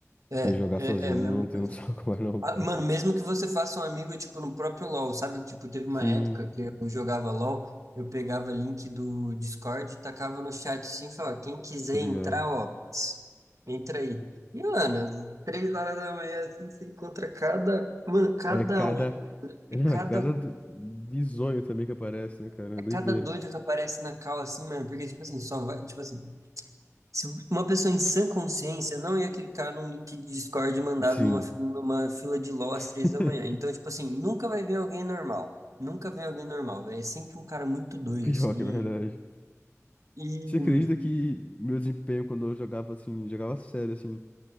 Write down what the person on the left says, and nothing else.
Porque
jogar
sozinho
não
tem
um <laughs> saco mais não,
cara.
Sim,
tô ligado.
É cada.
Não,
é cada do- bizonho também que aparece, né, cara? É doideira.
Sim.
<laughs>
Pior
que é verdade.
Você acredita que meu desempenho quando eu jogava assim, jogava sério, assim,